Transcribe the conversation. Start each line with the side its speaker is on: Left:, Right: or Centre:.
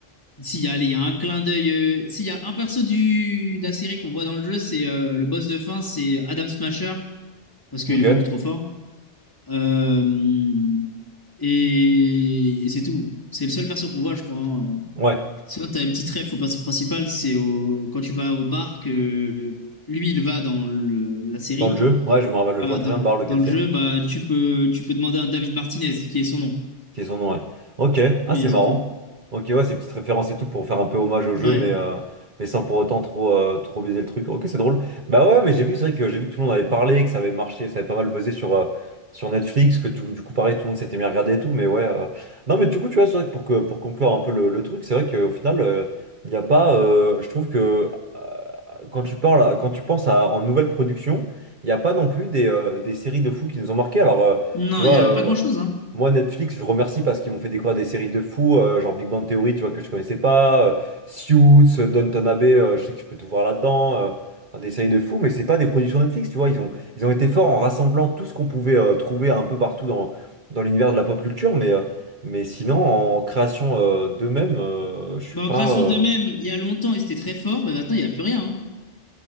Left: S'il y a, allez, il y a un clin d'œil. euh, S'il y a un perso du, de la série qu'on voit dans le jeu, c'est euh, le boss de fin, c'est Adam Smasher, parce qu'il
Right: euh. Ok.
Left: est beaucoup trop fort. Euh, et, et c'est tout. C'est le seul perso qu'on voit, je crois. hein.
Right: Ouais.
Left: Sinon, t'as une petite ref au perso principal, c'est au... quand tu vas au bar que lui, il va dans le- la série.
Right: Dans le jeu. Ouais, je me rappelle, je
Left: Bah,
Right: vois très
Left: dans,
Right: bien de voir lequel
Left: dans le
Right: c'est.
Left: jeu, bah, tu peux, tu peux demander à David Martinez, qui est son nom.
Right: Qui sont ouais. Ok, ah
Left: Mais
Right: c'est
Left: c'est
Right: marrant.
Left: tout.
Right: Ok, ouais, ces petites références et tout pour faire un peu hommage au jeu,
Left: Ouais.
Right: mais, euh, mais sans pour autant trop, euh, trop biaiser le truc. Ok, c'est drôle. Bah ouais, mais j'ai vu, c'est vrai que j'ai vu que tout le monde avait parlé, que ça avait marché, ça avait pas mal buzzé sur, euh, sur Netflix, que tout- du coup, pareil, tout le monde s'était mis à regarder et tout, mais ouais. euh, Non, mais du coup, tu vois, c'est vrai que pour, que, pour conclure un peu le, le truc, c'est vrai qu'au final, euh, il n'y a pas. euh, je trouve que euh, quand tu parles, à- quand tu penses à, en nouvelle production, il n'y a pas non plus des, euh, des séries de fous qui nous ont marqué. Alors. euh,
Left: Non,
Right: tu vois,
Left: il n'y a
Right: euh,
Left: pas grand-chose. Hein.
Right: moi, Netflix, je remercie parce qu'ils m'ont fait découvrir des séries de fous, euh, genre Big Bang Theory, tu vois, que je connaissais pas, euh, Suits, euh, Downton Abbey, euh, je sais que je peux tout voir là-dedans, euh, enfin, des séries de fous, mais c'est pas des productions Netflix, tu vois, ils ont, ils ont été forts en rassemblant tout ce qu'on pouvait euh, trouver un peu partout dans, dans l'univers de la pop culture, mais, euh, mais sinon, en création euh, d'eux-mêmes, euh, je suis
Left: Bah,
Right: pas...
Left: en création
Right: euh,
Left: d'eux-mêmes, il y a longtemps, ils étaient très forts, mais maintenant, il n'y a plus rien. hein.